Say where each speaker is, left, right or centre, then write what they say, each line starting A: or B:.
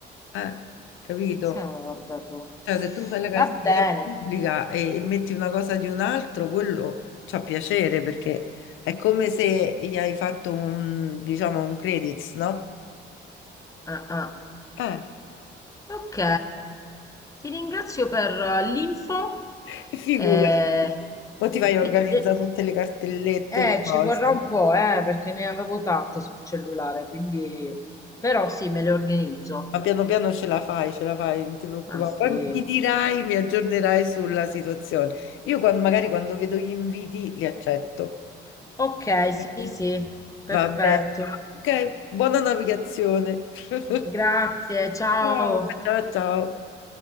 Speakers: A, on the left (about 85°); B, on the left (about 15°).
A: Eh, capito?
B: Siamo, guarda tu.
A: Cioè, se tu fai la cartella
B: Va bene.
A: pubblica e, e metti una cosa di un altro, quello c'ha piacere perché è come se gli hai fatto un, diciamo, un credits, no?
B: Ah, ah.
A: Eh,
B: Ok, ti ringrazio per eh, l'info.
A: <laughs> figurati.
B: Eh,
A: Poi ti vai a
B: e-
A: organizzare
B: e-
A: tutte le cartellette,
B: eh,
A: le cose.
B: ci vorrà un po', eh, perché ne avevo tante sul cellulare, quindi... Però sì, me le organizzo.
A: Ma piano piano ce la fai, ce la fai, non ti preoccupare.
B: Ah sì.
A: Poi mi dirai, mi aggiornerai sulla situazione. Io quan- magari quando vedo gli inviti li accetto.
B: Ok, sì,
A: Ok.
B: sì, perfetto.
A: Va bene. Ok, buona navigazione. <laughs>
B: Grazie, ciao.
A: Eh, Ciao ciao.